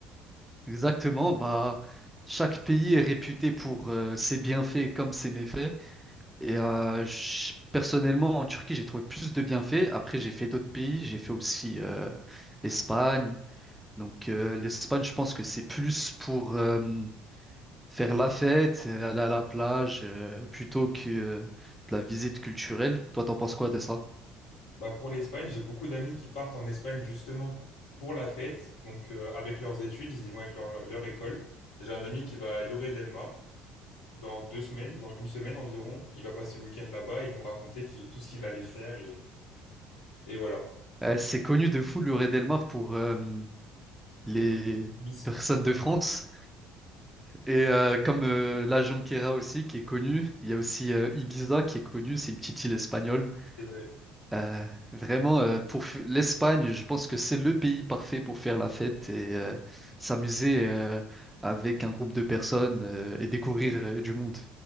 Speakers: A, in the centre; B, on the left (about 70°).
A: Exactement, bah, chaque pays est réputé pour euh, ses bienfaits comme ses méfaits. Et euh, je- personnellement, en Turquie, j'ai trouvé plus de bienfaits. Après, j'ai fait d'autres pays, j'ai fait aussi euh, l'Espagne. Donc, euh, l'Espagne, je pense que c'est plus pour... euh, faire la fête, euh, aller à la plage, euh, plutôt que euh, de la visite culturelle. Toi, t'en penses quoi de ça?
B: Bah pour l'Espagne, j'ai beaucoup d'amis qui partent en Espagne justement pour la fête. Donc euh, avec leurs études, ils y vont avec leur, leur école. J'ai un ami qui va à Lloret del Mar dans deux semaines, dans une semaine environ. Il va passer le week-end là-bas et nous raconter qu'il- tout ce qu'il allait faire et, et voilà.
A: Euh, c'est connu de fou le Red Elmar pour euh, les
B: Tout le illicite,
A: personnes de France. Et euh, comme euh, la Jonquera aussi, qui est connue, il y a aussi euh, Ibiza qui est connue, c'est une petite île espagnole.
B: c'est vrai.
A: Euh, vraiment, euh, pour f- l'Espagne, je pense que c'est le pays parfait pour faire la fête et euh, s'amuser euh, avec un groupe de personnes euh, et découvrir euh, du monde.